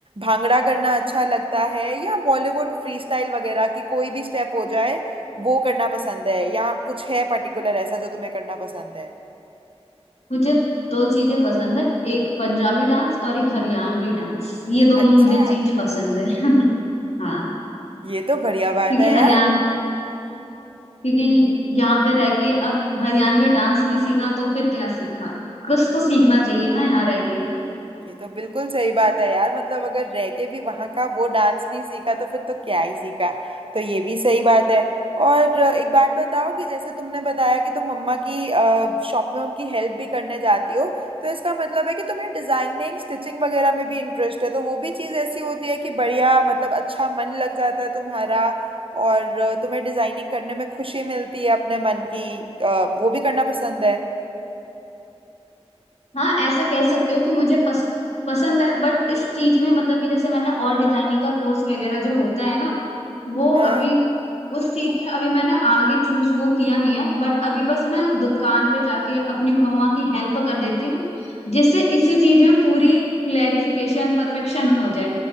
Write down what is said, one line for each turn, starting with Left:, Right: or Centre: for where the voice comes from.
Right: भांगड़ा करना अच्छा लगता है या बॉलीवुड फ्रीस्टाइल वगैरह की कोई भी स्टेप हो जाए वो करना पसंद है या कुछ है पर्टिकुलर ऐसा जो तुम्हें करना पसंद है
Left: मुझे दो चीजें पसंद है एक पंजाबी डांस और एक हरियाणवी डांस ये दोनों
Right: अच्छा
Left: मुझे चीज पसंद है <laughs> हाँ
Right: ये तो बढ़िया बात
Left: क्योंकि
Right: है यार
Left: हरियाण क्योंकि यहाँ पे रह के अब हरियाणवी डांस नहीं सीखा तो फिर क्या सीखा कुछ तो सीखना चाहिए ना यहाँ रह के
Right: ये तो बिल्कुल सही बात है यार मतलब अगर रह के भी वहां का वो डांस नहीं सीखा तो फिर तो क्या ही सीखा तो ये भी सही बात है और अ, एक बात बताओ कि जैसे तुमने बताया कि तुम मम्मा की शॉप में उनकी हेल्प भी करने जाती हो तो इसका मतलब है कि तुम्हें डिजाइनिंग स्टिचिंग वगैरह में भी इंटरेस्ट है तो वो भी चीज़ ऐसी होती है कि बढ़िया मतलब अच्छा मन लग जाता है तुम्हारा और अ, तुम्हें डिजाइनिंग करने में खुशी मिलती है अपने मन की अ, वो भी करना पसंद है
Left: हाँ ऐसा कह सकते हो कि मुझे पस, पसंद है बट इस चीज में मतलब कि जैसे मैंने और डिजाइनिंग का कोर्स वगैरह जो होता है ना वो
Right: हाँ।
Left: अभी उस चीज में अभी मैंने आगे चूज वो किया नहीं है बट अभी बस मैं दुकान पे जाके अपनी मम्मा की हेल्प कर देती हूँ जिससे इसी चीज में पूरी क्लेरिफिकेशन परफेक्शन हो जाए